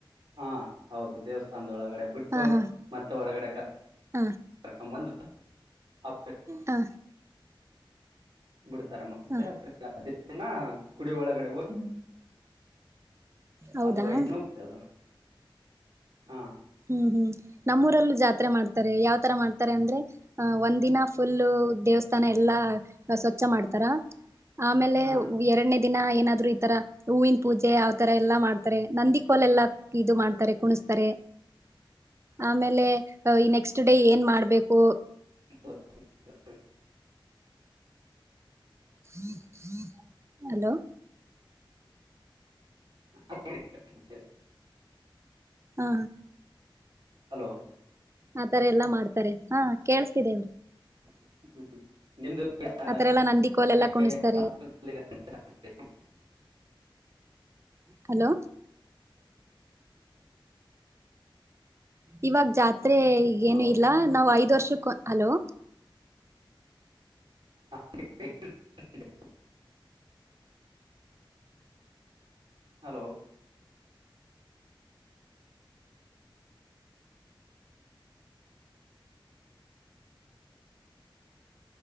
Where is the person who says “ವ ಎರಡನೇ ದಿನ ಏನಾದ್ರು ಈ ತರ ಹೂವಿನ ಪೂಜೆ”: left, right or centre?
Right